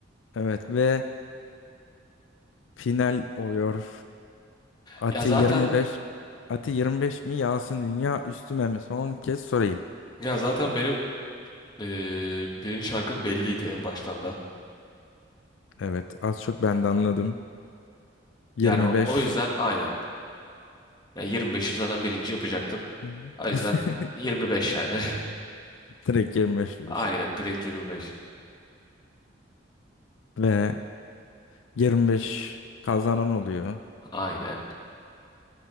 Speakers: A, on the left; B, on the left.
A: Evet ve final oluyor. Ati
B: Ya zaten
A: 25. Ati 25 mi? Yağsın dünya üstüme mi? Son kez sorayım.
B: ya zaten benim e, birinci şarkım belliydi en baştan da.
A: Evet az çok ben de anladım. 25.
B: Yani o, o yüzden aynen. Ya 25'i zaten birinci yapacaktım.
A: Hı hı.
B: O yüzden 25
A: <laughs>
B: yani.
A: Direkt 25
B: <laughs>
A: diyorsun.
B: Aynen direkt 25.
A: Ve 25 kazanan oluyor.
B: Aynen.